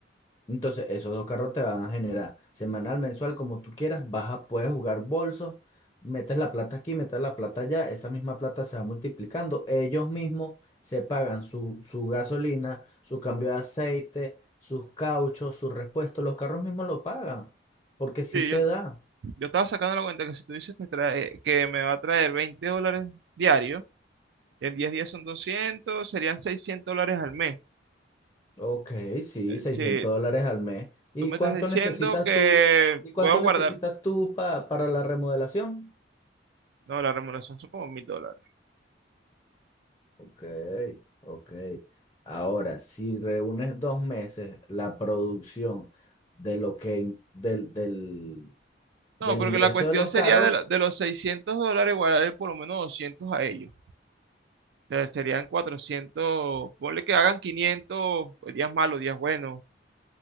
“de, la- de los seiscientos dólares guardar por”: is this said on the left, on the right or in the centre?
Right